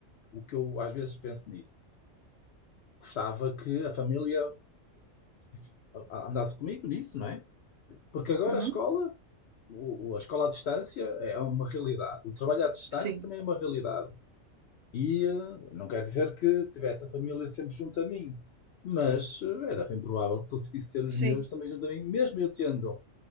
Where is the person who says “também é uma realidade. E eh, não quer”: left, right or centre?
Left